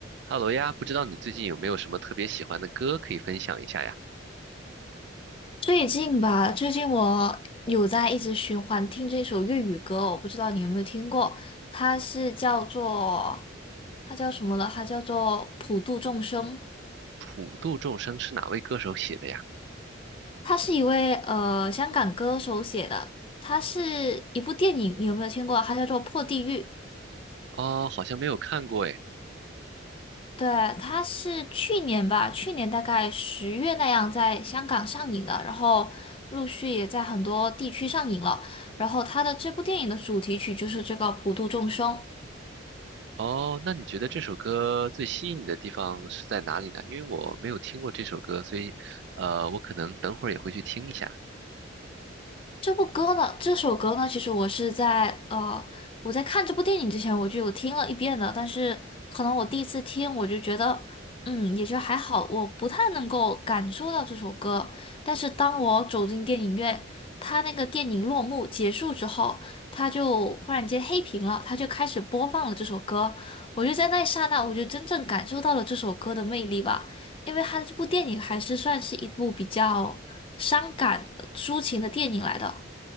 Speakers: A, on the right; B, on the left.
A: 哈喽呀，不知道你最近有没有什么特别喜欢的歌可以分享一下呀？
B: 最近吧，最近我有在一直循环听这首粤语歌哦我不知道你有没有听过，它是叫做它叫什么了？它叫做《普度众生》，
A: 普度众生是哪位歌手写的呀？
B: 它是一位呃香港歌手写的，它是一部电影，你有没有听过？它叫做《破地狱》。
A: 哦，好像没有看过诶。
B: 对，它是去年吧，去年大概十月那样在香港上映的，然后陆续也在很多地区上映了。然后它的这部电影的主题曲就是这个《普度众生》。
A: 哦，那你觉得这首歌最吸引你的地方是在哪里呢？因为我没有听过这首歌，所以呃，我可能等会儿也会去听一下。
B: 这部歌呢，这首歌呢，其实我是在呃，我在看这部电影之前我就有听了一遍的，但是可能我第一次听我就觉得，嗯，也就还好，我不太能够感受到这首歌。但是当我走进电影院，它那个电影落幕结束之后，它就忽然间黑屏了，它就开始播放了这首歌，我就在那一刹那，我就真正感受到了这首歌的魅力吧，因为它这部电影还是算是一部比较伤感抒情的电影来的。